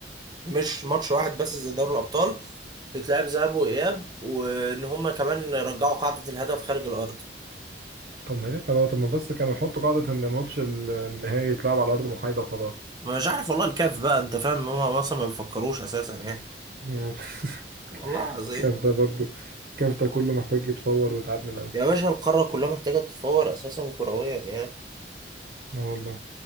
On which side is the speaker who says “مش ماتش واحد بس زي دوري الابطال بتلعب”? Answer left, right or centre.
Right